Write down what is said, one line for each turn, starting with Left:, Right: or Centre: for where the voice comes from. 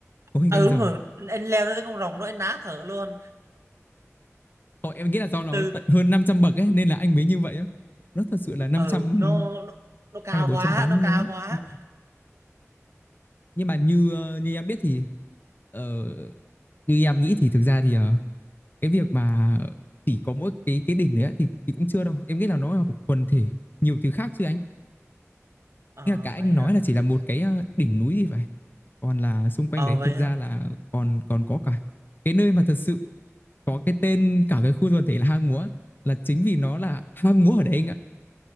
Left: Có hình
Right: ừ
Left: con rồng.
Right: đúng rồi anh leo ra tới con rồng nó anh ná thở luôn
Left: Ồ, em nghĩ là do nó
Right: từ
Left: tận hơn 500 bậc ấy nên là anh mới như vậy á. Nó thật sự là năm
Right: ừ
Left: trăm
Right: nó nó, nó cao
Left: hay là bốn
Right: quá
Left: trăm tám
Right: nó
Left: mươi
Right: cao
Left: á.
Right: quá
Left: Ừ. Nhưng mà như ờ, như em biết thì ờ, như em nghĩ thì thực ra thì ờ, cái việc mà chỉ có mỗi cái cái đỉnh đấy á, thì thì cũng chưa đâu. Em nghĩ là nó là một quần thể nhiều thứ khác chứ anh.
Right: ờ
Left: Nghĩa là cả anh
Right: vậy hả
Left: nói là chỉ là
Right: Thì-
Left: một cái ờ, đỉnh núi thì phải. Còn là xung quanh
Right: ờ
Left: đấy
Right: vậy
Left: thực
Right: hả
Left: ra là còn còn có cả cái nơi mà thật sự có cái tên cả cái khu quần thể là hang múa là chính vì nó là hang múa ở đấy anh ạ.